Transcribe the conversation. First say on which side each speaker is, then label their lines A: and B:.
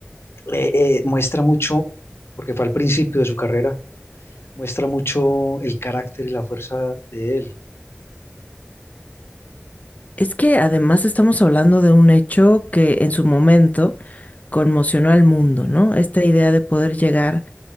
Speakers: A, on the left; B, on the left.
A: eh, eh, muestra mucho, porque fue al principio de su carrera, muestra mucho el carácter y la fuerza de él.
B: Es que además estamos hablando de un hecho que en su momento conmocionó al mundo, ¿no? Esta idea de poder llegar